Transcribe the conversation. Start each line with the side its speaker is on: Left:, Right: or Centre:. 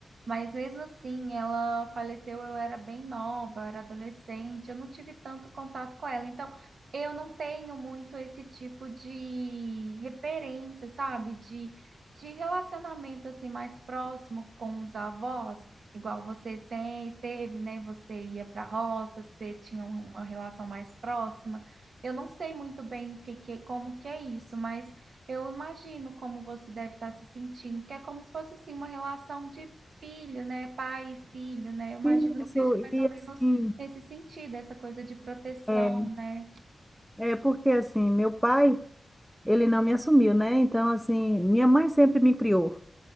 Right: Mas mesmo assim, ela faleceu, eu era bem nova, eu era adolescente, eu não tive tanto contato com ela. Então eu não tenho muito esse tipo de referência, sabe? De, de relacionamento assim mais próximo com os avós, igual você tem, teve, né? Você ia para a roça, você tinha uma relação mais próxima. Eu não sei muito bem o que, que, como que é isso, mas eu imagino como você deve estar se sentindo, porque é como se fosse assim uma relação de filho, né? Pai e filho, né? Eu imagino
Centre: Isso,
Right: que seja mais
Centre: e
Right: ou menos
Centre: assim,
Right: nesse sentido, essa coisa de proteção,
Centre: é,
Right: né?
Centre: é porque assim, meu pai, ele não me assumiu, né? Então, assim, minha mãe sempre me criou.